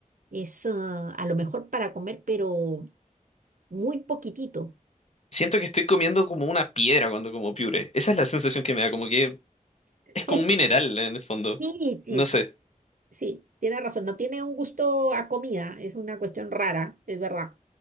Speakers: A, on the right; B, on the left.
A: es ah, a lo mejor para comer, pero muy poquitito.
B: Siento que estoy comiendo como una piedra cuando como piure. Esa es la sensación que me da, como que es como
A: <laughs>
B: un mineral en el fondo.
A: Sí, sí,
B: No
A: sí,
B: sé.
A: sí, tiene razón, no tiene un gusto a comida, es una cuestión rara, es verdad.